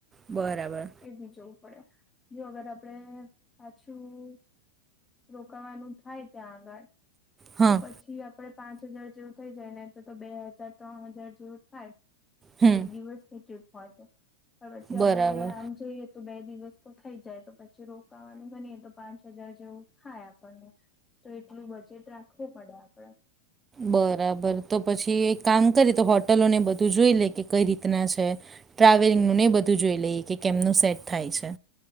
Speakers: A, on the right (about 20°); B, on the left (about 15°).
A: બરાબર.
B: એ બી જવું પડે. જો અગર આપણે પાછું, રોકાવાનું થાય ત્યાં આગળ.
A: હા
B: તો પછી આપડે પાંચ હજાર જેવું થઈ જાય ને તો તો બે હજાર ત્રણ હજાર જેવું થાય
A: હમ
B: એક દિવસની ટ્રીપ હોય તો પણ પછી
A: બરાબર
B: આપડે આમ જોઈએ તો બે દિવસ તો થઈ જાય તો પછી રોકાવાનું બને તો પાંચ હજાર જેવું થાય આપણને તો એટલું બજેટ રાખવું પડે આપણે
A: બરાબર. તો પછી એક કામ કરી તો હોટલો ને બધું જોઈ લે કે કઈ રીતના છે. ટ્રાવેલિંગનું ને ઈ બધું જોઈ લઈએ કે કેમનું સેટ થાય છે.